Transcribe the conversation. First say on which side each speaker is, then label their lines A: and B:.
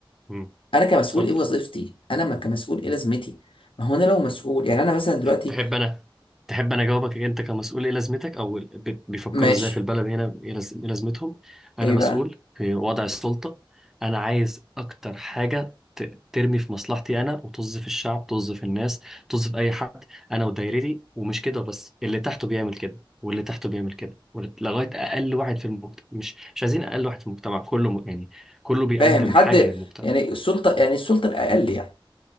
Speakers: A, in the centre; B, on the left.
A: مم.
B: انا كمسؤول
A: اتفضل
B: ايه وظيفتي انا ما كمسؤول ايه لازمتي ما هو انا لو مسؤول يعني انا مثلا دلوقتي
A: تحب انا تحب انا اجاوبك انت كمسؤول ايه لازمتك او ال- بي- بيفكروا
B: ماشي
A: ازاي في البلد هنا ايه لاز- إيه لازمتهم انا
B: ايه
A: مسؤول
B: بقى
A: في وضع السلطة انا عايز اكتر حاجة ت- ترمي في مصلحتي انا وطز في الشعب طز في الناس طز في اي حد انا ودايرتي ومش كده بس اللي تحته بيعمل كده واللي تحته بيعمل كده وال- لغايه اقل واحد في المجتمع مش مش عايزين اقل واحد في المجتمع كله م- يعني كله بيقدم
B: فاهم حد
A: حاجه للمجتمع
B: يعني السلطه يعني السلطه الاقل يعني